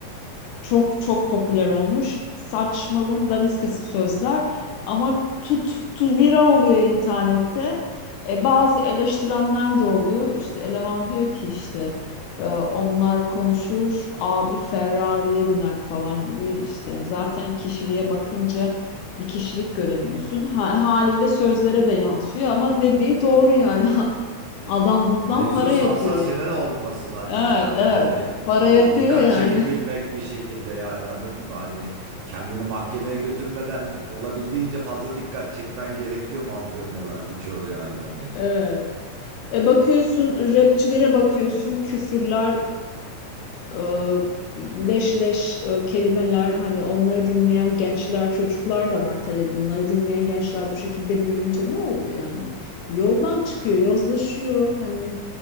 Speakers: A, on the left; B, on the right.
A: çok çok popüler olmuş. Saçmalığın daniskası sözler ama tut, tu viral oluyor internette. E, bazı eleştirenler de oluyor. İşte Eleman diyor ki işte e, onlar konuşur, abi Ferrari'ye biner falan gibi işte yani zaten kişiliğe bakınca bir kişilik göremiyorsun. Ha- haliyle sözlere de yansıyor ama dediği doğru yani. <laughs> Adam bundan
B: Mevzu
A: para
B: sansasyonel
A: yapıyor yani.
B: olması zaten
A: Evet,
B: yani
A: evet.
B: hani me-
A: Para yapıyor
B: ve dikkat
A: yani.
B: çekebilmek bir şekilde yani anladın mı? Hani kendini mahkemeye götürmeden olabildiğince fazla dikkat çekmen gerekiyor mantığındalar birçoğu yani hani.
A: <laughs> Evet. E, bakıyorsun rapçilere bakıyorsun küfürler e, leş leş e, kelimeler hani onları dinleyen gençler çocuklar da var tabii bunları dinleyen gençler bu şekilde büyüyünce ne oluyor yani yoldan çıkıyor yozlaşıyor hani